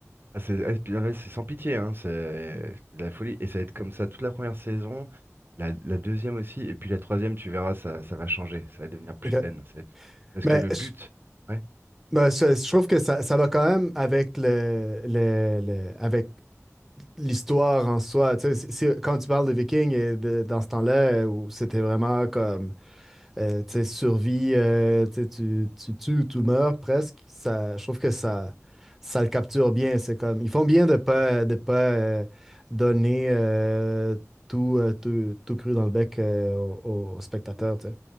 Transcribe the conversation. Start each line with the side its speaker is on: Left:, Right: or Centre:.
Right: Ah, c'est ah, puis, ah ouais, c'est sans pitié, hein, c'est c'est de la folie. Et ça va être comme ça toute la première saison, la, la deuxième aussi, et puis la troisième, tu verras, ça, ça va changer, ça va devenir plus
Centre: Ok.
Right: zen. ça va être- Parce
Centre: Mais
Right: que le
Centre: je,
Right: but, ouais,
Centre: ben, je- je trouve que ça, ça va quand même avec le, le- le- avec l'histoire en soi. Tu sais, si- si- quand tu parles de Vikings et de- dans ce temps-là euh, où c'était vraiment comme euh, tu sais, survie, euh, tu sais, tu tu tues ou tu meurs presque, ça, je trouve que ça, ça le capture bien. C'est comme ils font bien de pas de pas euh, donner euh, tout, euh, tout, tout cru dans le bec euh, aux, aux spectateurs. tu sais.